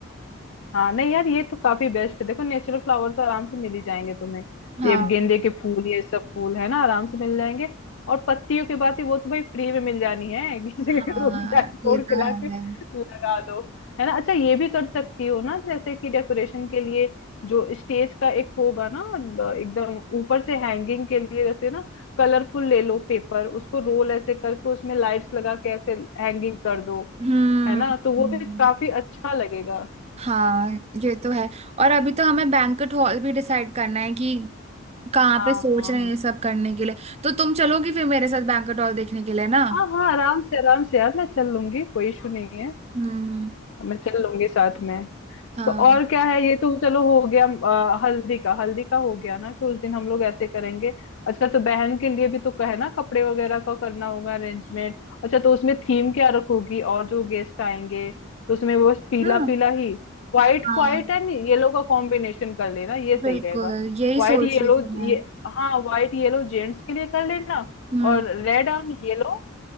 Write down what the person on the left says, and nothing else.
हाँ नहीं यार ये तो काफी बेस्ट है देखो नेचुरल फ्लावर तो आराम से मिल ही जाएंगे तुम्हें
ये गेंदे के फूल ये सब फूल है ना आराम से मिल जाएंगे और पत्तियों की बात ही वो तो भाई फ्री में मिल जानी है <laughs> किसी
के घरों में जाके तोड़
के
लाके
लगा दो है ना अच्छा ये भी कर सकती हो ना जैसे कि डेकोरेशन के लिए जो स्टेज का एक होगा ना ब- एकदम ऊपर से हैंगिंग के लिए जैसे ना कलरफुल ले लो पेपर उसको रोल ऐसे करके उसमें लाइट्स लगा के ऐसे हैंगिंग कर दो
है ना तो वो
भी काफी अच्छा लगेगा
हाँ
हाँ
हाँ हाँ आराम से आराम से यार मैं चल लूंगी कोई इशू नहीं है
मैं चल लूंगी साथ में
तो और क्या है ये तो चलो हो गया अ, हल्दी का हल्दी का हो गया ना कि उस दिन हम लोग ऐसे करेंगे अच्छा तो बहन के लिए भी तो कहे ना कपड़े वगैरह का करना होगा अरेंजमेंट अच्छा तो उसमें थीम क्या रखोगी और जो गेस्ट आएंगे तो उसमें वो बस पीला
पीला ही व्हाइट
व्हाइट एंड येलो का कॉम्बिनेशन कर लेना ये सही
रहेगा
व्हाइट
येलो
ये हाँ व्हाइट येलो जेंट्स के लिए कर लेना
और रेड एंड येलो